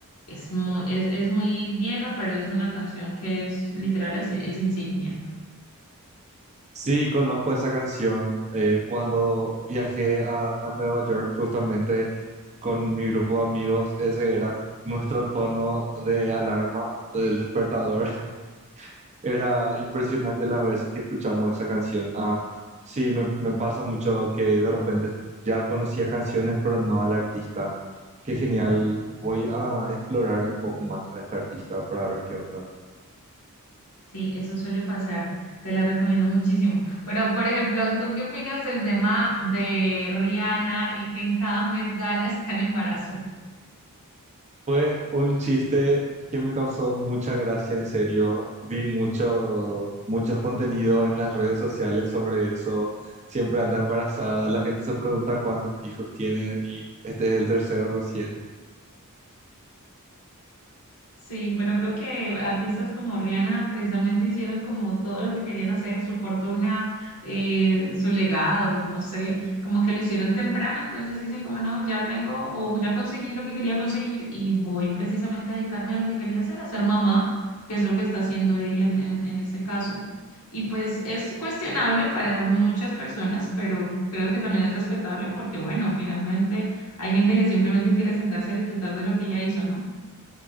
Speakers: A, on the left (about 80°); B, on the right (about 30°).
A: Es, mu- es, es muy vieja, pero es una canción que es literal, es es insignia.
B: Sí, conozco esa canción. eh, cuando viajé a, a Nueva York justamente con mi grupo de amigos, ese era nuestro tono de alarma del despertador. <laughs> Era impresionante las veces que escuchamos esa canción. Ah, sí, me, me pasa mucho que de repente ya conocía canciones, pero no al artista. Qué genial. Voy a explorarle un poco más a este artista para ver qué onda.
A: Sí, eso suele pasar. Te la recomiendo muchísimo. Pero, por ejemplo, ¿tú qué opinas del tema de Rihanna y que en cada Met Gala está en embarazo?
B: Fue un chiste que me causó mucha gracia, en serio. Vi mucho, muchos contenidos en las redes sociales sobre eso. Siempre anda embarazada, la gente se pregunta cuántos hijos tiene y este es el tercero recién.
A: Sí, pero creo que artistas como Rihanna precisamente hicieron como todo lo que querían hacer, su fortuna, eh, su legado, no sé, como que lo hicieron temprano, entonces dicen como no, ya tengo o ya conseguí lo que quería conseguir y voy precisamente a dedicarme a lo que quería hacer, a ser mamá, que es lo que está haciendo ella en, en, en ese caso. Y pues es cuestionable para muchas personas, pero creo que también es respetable porque bueno, finalmente hay gente que simplemente quiere sentarse a disfrutar de lo que ella hizo, ¿no?